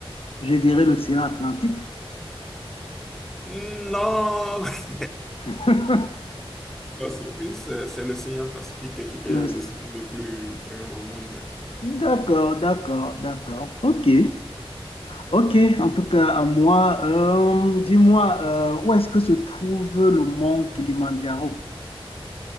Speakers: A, on the left; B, in the centre.
A: Je dirais l'océan Atlantique.
B: Hmm, Non! <laughs>
A: <laughs>
B: Non, c'est plus, euh, c'est l'océan Pacifique qui est
A: Le-
B: l'océan le plus grand au monde.
A: D'accord, d'accord, d'accord. Ok, ok. En tout cas, à moi, euh, dis-moi, euh, où est-ce que se trouve le mont Kilimandjaro?